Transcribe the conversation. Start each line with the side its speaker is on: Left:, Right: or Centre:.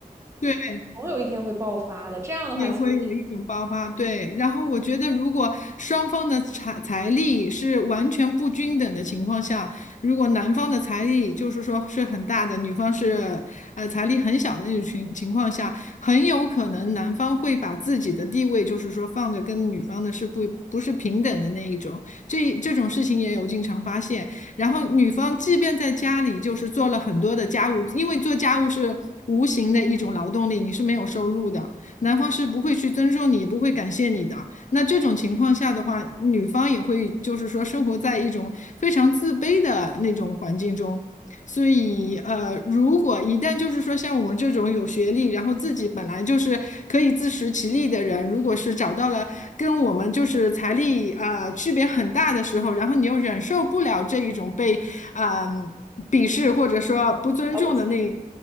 Left: 对，
Right: 总有一天会爆发的。这样的话，
Left: 也会有一种爆发，
Right: 其实
Left: 对。然后我觉得，如果双方的财财力是完全不均等的情况下，如果男方的财力就是说是很大的，女方是呃财力很小的那种情情况下，很有可能男方会把自己的地位就是说放着跟女方的是不不是平等的那一种，这这种事情也有经常发现。然后女方即便在家里就是做了很多的家务，因为做家务是无形的一种劳动力，你是没有收入的。男方是不会去尊重你，不会感谢你的。那这种情况下的话，女方也会就是说生活在一种非常自卑的那种环境中。所以，呃，如果一旦就是说像我们这种有学历，然后自己本来就是可以自食其力的人，如果是找到了跟我们就是财力啊、呃区别很大的时候，然后你又忍受不了这一种被啊、呃鄙视或者说不尊重的那
Right: 呃